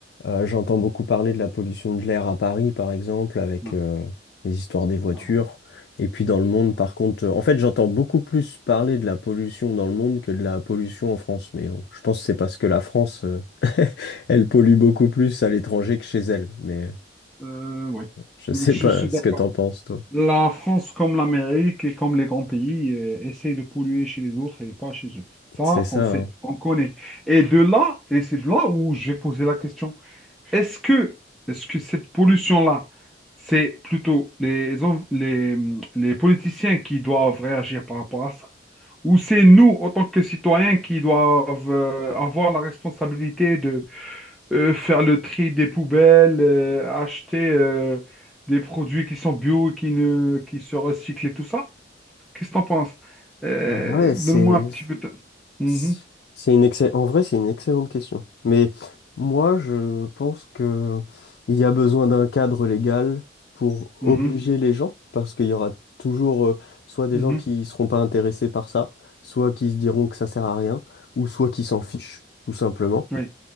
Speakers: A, on the left; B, in the centre.
A: euh, j'entends beaucoup parler de la pollution de l'air à Paris, par exemple, avec
B: Ouais.
A: euh, les histoires des voitures.
B: Alors,
A: Et puis dans le monde, par contre, euh, en fait, j'entends beaucoup plus parler de la pollution dans le monde que de la pollution en France. Mais bon, je pense que c'est parce que la France, euh, <laughs> elle pollue beaucoup plus à l'étranger que chez elle. Mais euh,
B: euh, oui,
A: je sais
B: je
A: pas
B: suis
A: ce
B: d'accord.
A: que t'en penses, toi.
B: La France, comme l'Amérique et comme les grands pays, euh, essaie de polluer chez les autres et pas chez eux. Ça,
A: C'est ça,
B: on sait,
A: hein.
B: on connaît. Et de là, et c'est de là où j'ai posé la question, est-ce que, est-ce que cette pollution-là, c'est plutôt les, en- les, les politiciens qui doivent réagir par rapport à ça? Ou c'est nous, en tant que citoyens, qui doivent euh, avoir la responsabilité de euh, faire le tri des poubelles, euh, acheter euh, des produits qui sont bio et qui ne, qui se recyclent et tout ça? Qu'est-ce que t'en penses? Euh,
A: Ah ouais, c'est.
B: donne-moi un petit peu de... Mhm,
A: C'est c'est une excell- En vrai, c'est une excellente question. Mais moi, je pense que il y a besoin d'un cadre légal pour
B: mhm,
A: obliger les gens, parce qu'il y aura toujours euh, soit des
B: mhm,
A: gens qui seront pas intéressés par ça, soit qui se diront que ça sert à rien, ou soit qui s'en fichent, tout simplement.
B: oui,